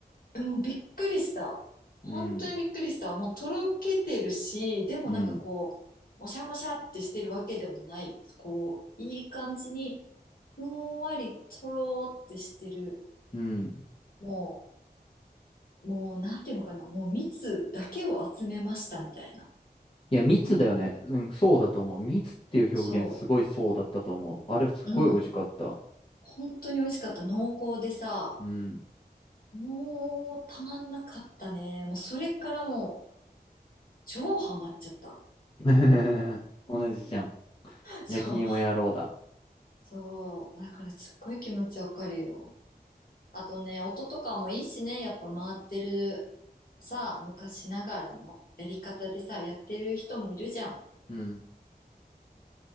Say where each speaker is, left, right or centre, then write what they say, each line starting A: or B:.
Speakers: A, on the left; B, on the left.
A: もうびっくりした。本当にびっくりした。
B: うん、
A: もうとろけてるし、でもなんかこう、
B: うん、
A: もしゃもしゃってしてるわけでもない。こう、いい感じに、ふんわりとろーってしてる。
B: うん。
A: もう、もう、なんていうのかな。もう蜜だけを集めましたみたいな。
B: いや、密だよね。うん、そうだと思う。密っていう表現、
A: そ
B: すごいそうだったと思う。あれ、すごい美味しかった。
A: う。うん。本当に美味しかった。濃厚でさ、
B: うん。
A: もうたまんなかったね。もうそれからもう超ハマっちゃった。
B: <laughs> 同じじゃん。
A: <laughs> そう、
B: 焼き芋野郎だ。
A: そう。だからすっごい気持ちわかるよ。あとね、音とかもいいしね、やっぱ回ってるさ、昔ながらのやり方でさ、やってる人もいるじゃん。
B: うん。